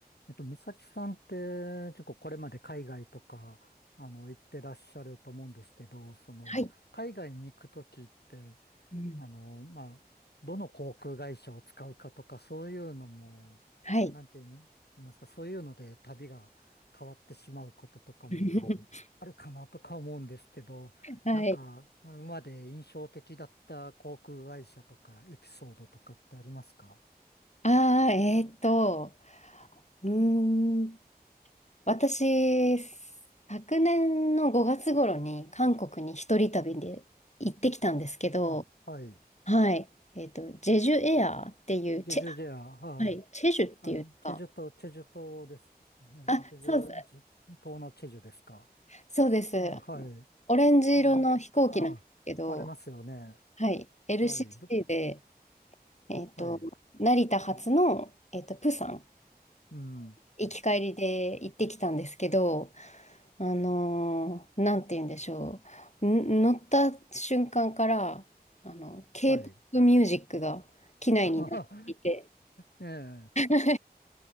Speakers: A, on the left; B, on the left.
A: えっと、美咲さんって結構これまで海外とか、あの、行ってらっしゃると思うんですけど、その、
B: はい。
A: 海外に行くときって、
B: うん。
A: あの、まあ、どの航空会社を使うかとか、そういうのも、
B: はい。
A: なんて言いま言いますか、そういうので旅が変わってしまうこととかも
B: <laughs>
A: あるかなとか思うんですけど、
B: はい。
A: なんか、今まで印象的だった航空会社とか、エピソードとかってありますか
B: ああ、えーっと、うーん、私、昨年の5月頃に韓国に一人旅で行ってきたんですけど、
A: あ、はい。
B: はい。えーっと、ジェジュエアーっていう、
A: で、
B: チェ、
A: じゃあ、じゃあ、
B: はい、チェジュっていうか、
A: あの、チェジュ島、チェジュ島ですね。
B: あ、
A: チェジュ、
B: そうです、
A: ジュ島のチェジュですか。
B: そうです。
A: あ、はい。
B: オレンジ色の飛行機なんですけど、
A: あ、あ、ありますよね。
B: はい。LCC
A: はい。ど
B: で、えーっと、
A: はい。
B: 成田発の、えーっと、プサン。
A: うん。
B: 行き帰りで行ってきたんですけど、あのーなんて言うんでしょう。ん乗った瞬間から、あの、K-POP
A: はい。
B: ミュージックが機内になっていて、
A: <laughs> あははええ。
B: <laughs>